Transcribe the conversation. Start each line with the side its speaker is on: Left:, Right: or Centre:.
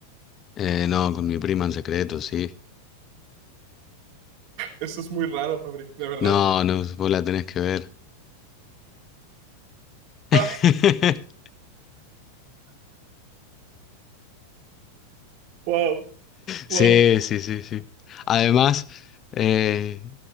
Left: Eh, no, con mi prima en secreto, sí.
Right: Eso es muy raro, Fabri, de verdad.
Left: No, no, vos la tenés que ver. <laughs>
Right: <laughs> Wow,
Left: Sí,
Right: wow.
Left: sí, sí, sí. Además, eh,